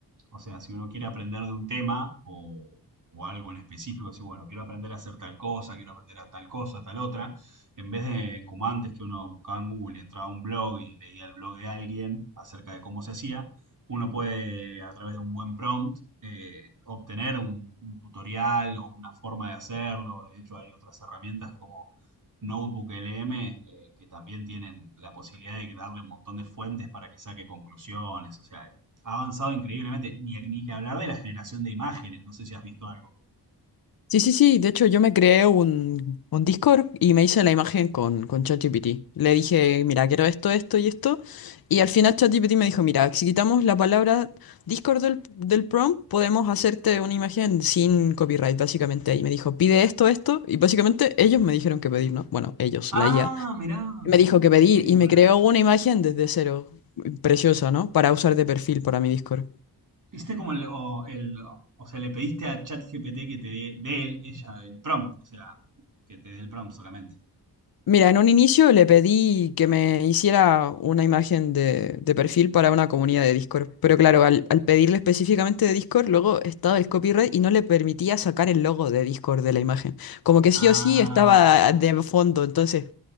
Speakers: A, on the right; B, on the left.
A: O sea, si uno quiere aprender de un tema o, o algo en específico, decir, bueno, quiero aprender a hacer tal cosa, quiero aprender a tal cosa, tal otra, en vez de como antes que uno buscaba en Google, entraba a un blog y leía el blog de alguien acerca de cómo se hacía, uno puede, a través de un buen prompt, eh, obtener un, un tutorial o una forma de hacerlo. De hecho, hay otras herramientas como Notebook LM eh, que también tienen la posibilidad de darle un montón de fuentes para que saque conclusiones. O sea, ha avanzado increíblemente. Ni, ni que hablar de la generación de imágenes. No sé si has visto algo.
B: Sí, sí, sí. De hecho, yo me creé un, un Discord y me hice la imagen con, con ChatGPT. Le dije, mira, quiero esto, esto y esto. Y al final ChatGPT me dijo, mira, si quitamos la palabra Discord del, del prompt, podemos hacerte una imagen sin copyright, básicamente. Y me dijo, pide esto, esto. Y básicamente ellos me dijeron que pedir, ¿no? Bueno, ellos,
A: Ah,
B: la IA.
A: mirá.
B: Me dijo que
A: Hiciste
B: pedir
A: como
B: y me
A: el.
B: creó una imagen desde cero. Preciosa, ¿no? Para usar de perfil para mi Discord.
A: Hiciste como el. O, el- o sea, le pediste a ChatGPT que te dé, dé él, ella, el prompt. O sea, que te dé el prompt solamente.
B: Mira, en un inicio le pedí que me hiciera una imagen de, de perfil para una comunidad de Discord. Pero claro, al, al pedirle específicamente de Discord, luego estaba el copyright y no le permitía sacar el logo de Discord de la imagen. Como que
A: Ah,
B: sí o sí estaba de fondo, entonces